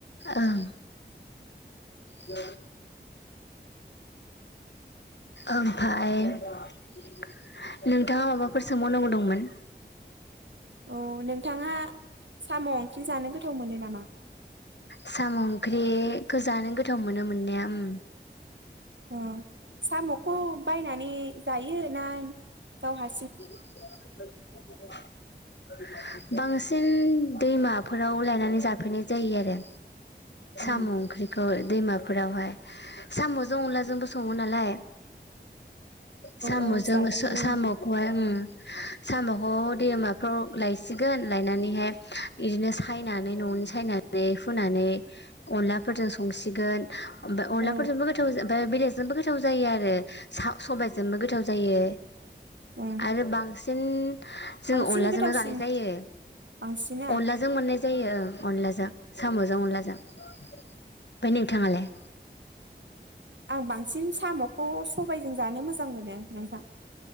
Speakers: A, on the left; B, on the right.
A: ओं <unintelligible> ओमफाय नोंथाङा माबाफोर सोंबाव नांगौ दंमोन?
B: औ नोंथाङा साम' ओंख्रि जानो गोथाव मोनो नामा?
A: साम' ओंख्रिखौ जानो गोथाव मोनो मोननाया उम
B: अ साम'खौ बायनानै जायो ना गावहा
A: <unintelligible> बांसिन दैमाफोराव लायनानै जाफैनाय जायो आरो
B: औ
A: साम' ओंख्रिखौ दैमाफोरावहाय साम'जों अनला जोंबो संङो नालाय साम'जों
B: औ जाजायो
A: साम'
B: नोंथां
A: उम साम'खौ दैमाफ्राव लायसिगोन लायनानैहाय बिदिनो सायनानै न'नि सायनानै फुनानै अनला फोरजों संसिगोन। ओमफाय अनलाफोरजोंबो
B: औ
A: गोथाव जा ओमफाय बेदर जोंबो गोथाव जायो आरो सा सबाय जोंबो गोथाव जायो।
B: ओं
A: आरो बांसि उम। जोंङो
B: बांसिन
A: अनला
B: गोथावसिन
A: जोंनो जानाय जायो
B: बांसिना
A: अनलाजों माने जायो अनलाजों। साम'जों अनलाजों। ओमफाय नोंथांङालाय?
B: आं बांसिन साम'खौ सबायजों जानो मोजां मोनो नोंथां।